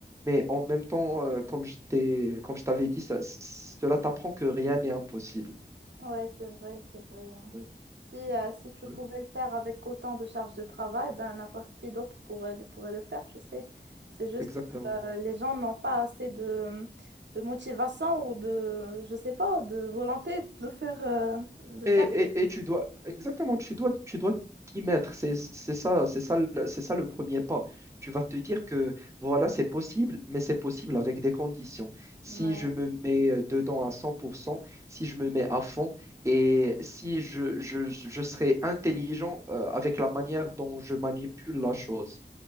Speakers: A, on the right; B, on the right.
A: mais en même temps, euh, comme je t'ai, comme je t'avais dit, ça, c- cela t'apprend que rien n'est impossible.
B: Ouais, c'est vrai, c'est vrai. hein.
A: Ouais,
B: Si, euh, si tu
A: ouais.
B: pouvais le faire avec autant de charges de travail, ben n'importe qui d'autre pourrait, pourrait le faire, tu sais. C'est juste
A: Exactement.
B: que euh, les gens n'ont pas assez de, de motivation ou de, je sais pas, de volonté de faire, euh, de
A: Et,
B: faire.
A: et, et tu dois, exactement, tu dois, tu dois t'y mettre. C'est, c'est ça, c'est ça, le- c'est ça le premier pas. Tu vas te dire que voilà, c'est possible, mais c'est possible avec des conditions. Si
B: Ouais.
A: je me mets euh, dedans à 100%, si je me mets à fond et si je, je, je serai intelligent euh, avec la manière dont je manipule la chose.